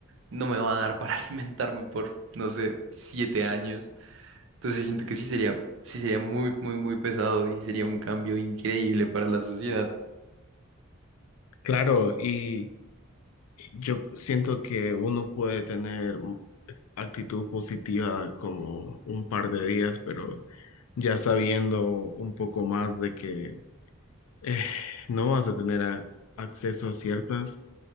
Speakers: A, on the right (about 55°); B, on the left (about 75°).
A: no me van a dar para <laughs> alimentarme por, no sé, siete años. Entonces siento que sí sería, sí sería muy, muy, muy pesado y sería un cambio increíble para la sociedad.
B: Claro, y yo siento que uno puede tener actitud positiva como un par de días, pero ya sabiendo un poco más de que eh, no vas a tener a- acceso a ciertas